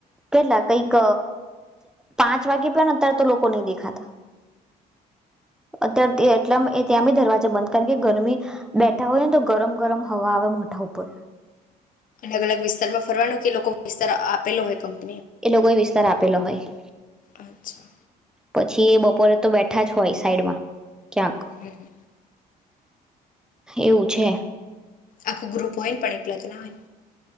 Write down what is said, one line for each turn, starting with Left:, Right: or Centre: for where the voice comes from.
Centre: કેટલા કઈક. પાંચ વાગે પણ અત્યારે તો લોકો નહી દેખાતા. અત્યાર તે એટલા <unintelligible> ત્યાં બી દરવાજા બંધ, કારણકે ગરમી બેઠા હોય ને તો ગરમ ગરમ હવા આવે મોઢા ઉપર.
Left: અલગ અલગ વિસ્તાર માં ફરવાનું કે લોકો વિસ્તાર આપેલો હોય કમ
Centre: એ લોકોએ વિસ્તાર આપેલો હોય,
Left: અચ્છા
Centre: પછી એ બપોરે તો બેઠાજ હોય સાઈડમાં. ક્યાંક
Left: હમ્મ.
Centre: એવું છે.
Left: આખું ગ્રુપ હોઈને પણ એકલા તો ના હોય.